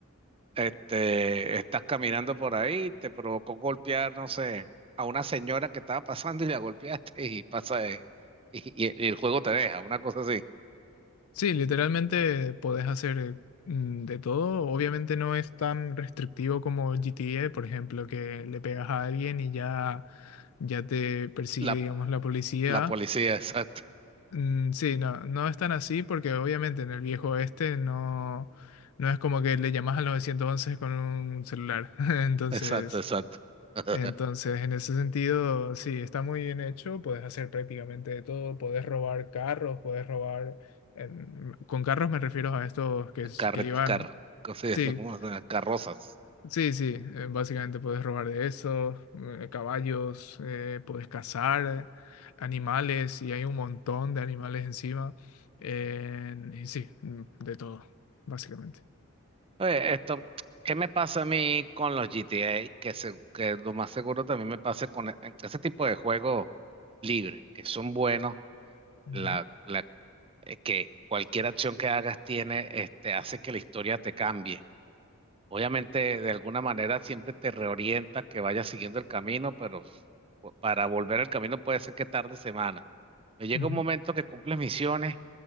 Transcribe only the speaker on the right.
Este, estás caminando por ahí, te provocó golpear, no sé, a una señora que estaba pasando y la golpeaste y pasa, de- y, y- y el juego te deja, una cosa así.
La,
la policía, <laughs> exacto.
Exacto, exacto. <laughs>
Carre-
car- cosas de
eso, ¿cómo se llama? Carrozas.
Oye, esto, ¿qué me pasa a mí con los GTA? Que, se- que lo más seguro también me pase con e- ese tipo de juegos libres, que son buenos,
la, la eh, que cualquier acción que hagas tiene, este, hace que la historia te cambie. Obviamente, de alguna manera siempre te reorienta que vayas siguiendo el camino, pero fu- para volver al camino puede ser que tarde semanas. Me llega
un momento que cumples misiones